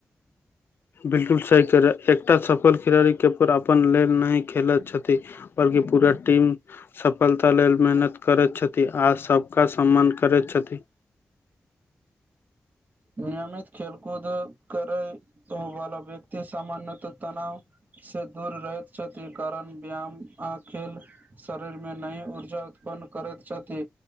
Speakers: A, on the left (about 70°); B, on the right (about 50°).
A: बिलकुल सी करै एकटा सफल खिलाड़ी के अपन लेल नहि खेलैत छथि बल्कि पूरा टीम सफलता लेल मेहनत करैत छथि आ सबका सम्मान करैत छथि
B: नियमित खेलकूद करै वाला व्यक्ति सामान्यतः तनाव से दूर रहैत छथि ई कारण व्यायाम आ खेल शरीरमे न‌ई उर्जा उत् पन्न करैत छथि